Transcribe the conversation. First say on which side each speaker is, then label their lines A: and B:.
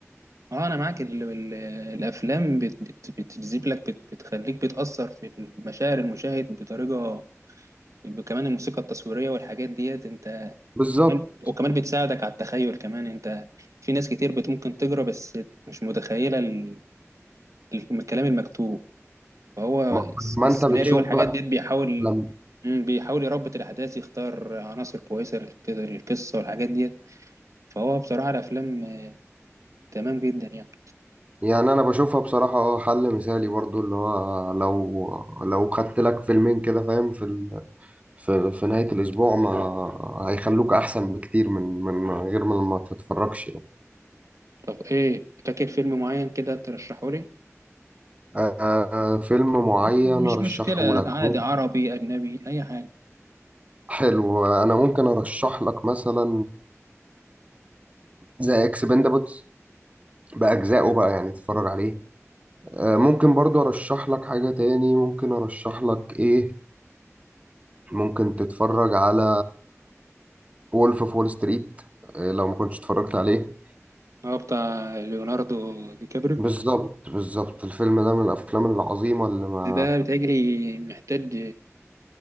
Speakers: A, on the right (about 80°); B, on the right (about 25°).
A: اه انا معاك ال ال الافلام بت بت بتجذب لك بت بتخليك بتاثر في المشاعر المشاهد بطريقه كمان الموسيقى التصويريه والحاجات ديت انت
B: بالظبط
A: كمان وكمان بتساعدك على التخيل كمان انت في ناس كتير بت ممكن تقرا بس مش متخيله ال- الكلام المكتوب فهو
B: ما,
A: الس-
B: ما
A: السيناريو
B: انت بتشوف
A: والحاجات
B: بقى
A: ديت بيحاول
B: لما
A: مم، بيحاول يربط الأحداث يختار عناصر كويسة للك- للقصة والحاجات ديت فهو بصراحة الأفلام آه، تمام جدا يعني
B: يعني انا بشوفها بصراحه اه حل مثالي برضو اللي هو لو لو خدت لك فيلمين كده فاهم في ال... في في نهايه الاسبوع ما هيخلوك احسن بكتير من من غير ما ما تتفرجش يعني.
A: طب إيه فاكر فيلم معين كده ترشحه لي؟
B: آه فيلم معين
A: مش
B: ارشحه
A: مشكلة
B: لك
A: عادي عربي أجنبي أي حاجة
B: حلو انا ممكن ارشح لك مثلا ذا اكسبندبلز باجزائه بقى يعني تتفرج عليه آه، ممكن برضو ارشح لك حاجة تاني ممكن ارشح لك ايه ممكن تتفرج على وولف اوف وول ستريت آه، لو ما كنتش اتفرجت عليه
A: هو بتاع ليوناردو دي كابريو
B: بالظبط بالظبط الفيلم ده من الافلام العظيمة اللي ما
A: ده بيتهيألي محتاج